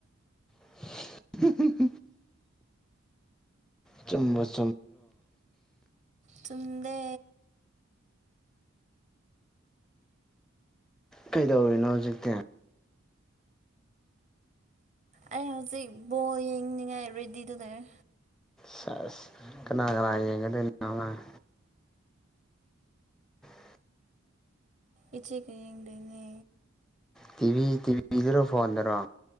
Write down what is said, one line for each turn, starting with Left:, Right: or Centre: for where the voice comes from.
Centre: <unintelligible> ꯆꯨꯝꯕꯁ
Right: ꯆꯨꯝꯗꯦ
Centre: ꯀꯩꯗꯧꯔꯤꯅꯣ ꯍꯧꯖꯤꯛꯇꯤ
Right: ꯑꯩ ꯍꯧꯖꯤꯛ ꯕꯣꯜ ꯌꯦꯡꯅꯤꯡꯉꯥꯏ ꯔꯦꯗꯤꯗ ꯂꯩꯔꯦ
Centre: ꯁꯦꯁ ꯀꯅꯥ ꯀꯅꯥ ꯌꯦꯡꯒꯗꯣꯢꯅꯣ ꯅꯣꯢ <inaudible>
Right: ꯏꯆꯦ ꯀ ꯌꯦꯡꯗꯣꯢꯅꯦ
Centre: ꯇꯤꯕꯤ ꯇꯤꯕꯤꯗꯔꯣ ꯐꯣꯟꯗꯔꯣ